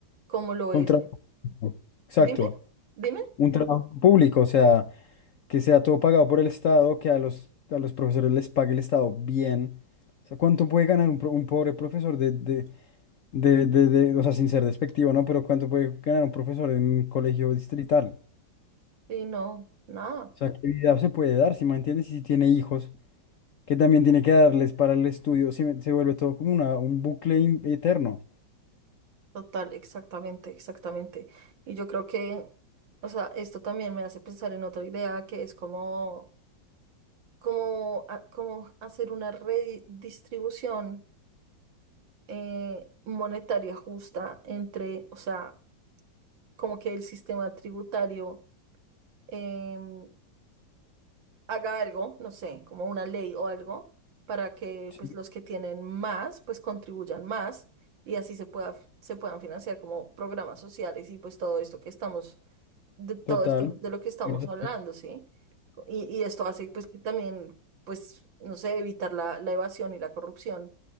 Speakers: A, on the right; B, on the left.
A: como lo es.
B: Un trabajo. público, Exacto.
A: Dime, dime.
B: Un trabajo público, o sea. que sea todo pagado por el Estado, que a los, a los profesores les pague el Estado bien. O sea, ¿cuánto puede ganar un, pro- un pobre profesor de, de, de, de, de- o sea, sin ser despectivo, ¿no? Pero ¿cuánto puede ganar un profesor en un colegio distrital?
A: Y no, nada.
B: O sea, ¿qué vida se puede dar, si me entiendes? Y si tiene hijos, que también tiene que darles para el estudio, se, me- se vuelve todo como una, un bucle in- eterno.
A: Total, exactamente, exactamente. Y yo creo que, o sea, esto también me hace pensar en otra idea que es como, como, a- como hacer una redistribución eh, monetaria justa entre, o sea, como que el sistema tributario em, haga algo, no sé, como una ley o algo, para que
B: Sí,
A: pues los que tienen más, pues contribuyan más y así se pueda, se puedan financiar como programas sociales y pues todo esto que estamos de todo
B: total.
A: esto de lo que estamos
B: Ahorita estoy
A: hablando, ¿sí? Y, y esto hace pues que también, pues, no sé, evitar la, la evasión y la corrupción